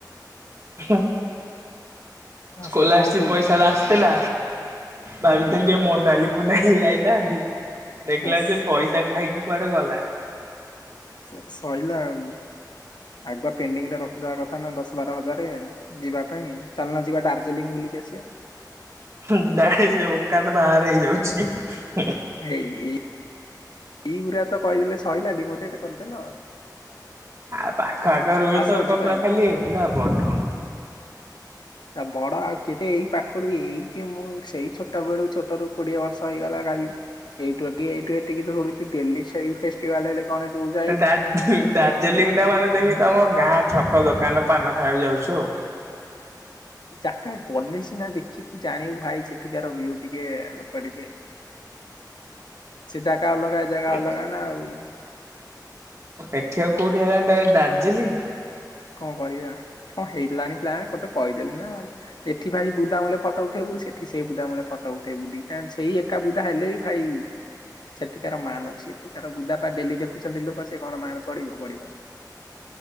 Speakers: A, on the right; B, on the left.
A: ହୁଁ। ସ୍କୋଲାରସିପ
B: ଆସ କଣ କହୁଛ
A: ପଇସା ଟା ଆସିଥିଲା। ଭାବିିଥିଲି
B: ହୁଁ
A: ଟିକେ ମୋନାଲି ମୋନାଲି ଯାଇଥାନ୍ତି, ଦେଖିଲା
B: ବାସ
A: ଆସିକି ସେ ପଇସା ଖାଇକି କୁଆଡେ ଗଲାଣି।
B: ସେ ସଇଲା ଆଉ ଆଗୁଆ ପେଣ୍ଡିଂ ରେ ରଖିଥିବା କଥା ନା ଦଶ, ବାର ହଜାରେ। ଯିବା ପାଇଁ? ଚାଲୁନା ଯିବା ଡାର୍ଜିଲିଂ ବୁଲିକି ଆସିବା।
A: ହୁଁ, ଡାଇ ସେ ଓକାତ ବାହାରେ ହେଇଯାଉଛି। ହୁଁ
B: ଏଇ, ଇ ଇ ଗୁୁରା ତ କହିଦେଲେ ସରିଲା ଡିମୋଟିଟେ କରିଦେଲ।
A: ଆଉ ପାଖ ଆଖ ରହିଲେ
B: ଆସ
A: ତୋର
B: ଯିବା
A: ତ ପୁରା ଖାଲି ବୁଲା ବଡ
B: ଆ ବଡ ଆଉ କେତେ ଏଇ ପାଖରୁ ଏଇଠି ମୁଁ, ସେଇ ଛୋଟ ବେଳୁ ଛୋଟରୁୁ କୋଡିଏ ବର୍ଷ ହେଇଗଲା ଖାଲି ଏଇଠୁ ଏତିକି ଏଇଠୁ ଗଡୁଛି ଡେଲି ଶେଇ ଫେଷ୍ଟିଭାଲ ହେଲେ ଗଣେଷ ପୂଯା
A: ଡାର ଡାର୍ଜିଲିଂ ଟା ମାନେ ଯେମିତି, ଆମ ଗାଁ ଛକ ଦୋକାନ। ପାନ ଖାଇବାକୁ ଯାଉଛୁ ଆଉ।
B: ଜାଗା ଗଲେ ସିନା ଦେଖିବୁ, ଜାଣିବୁ ଭାଇ ସେଠିକାର ଭିଉ ଟିକେ ଲୋକ ଟିକେ ସେ ଜାଗା ଅଲଗା ଏ ଜାଗା
A: ଏଠି
B: ଅଲଗା ନା ଆଉ।
A: ଏଠି ଆଉ କୋଉଠି ହେଲାନି, ଡାଇରେକ୍ଟ ଦାର୍ଜିଲିଂ?
B: କଣ କରିବା କଣ ହେଇଲାଣି ପ୍ଲାନ୍ ଗୋଟେ କହିଦେଲି ନାଉ। ଏଠି ଭାଈ ବୁଦାମୂଳେ ଫଟ ଉଠେଇବୁ ସେଠି ସେ ବୁଦାମୂଳେ ଫଟୋ ଉଠେଇବୁ ଦିଟା ଯାକ ସେଇ ଏ ଏକା ବୁଦା ହେଲେ ବି ଭାଇ ସେଠିକାର ମାନ ଅଛି। ଏଠିକାର ବୁଦାପା ଡେଲି ଦେଖୁଛନ୍ତି, ଲୋକ ସେ କଣ ମାନ ପଢିବ ବଢ଼ିବ।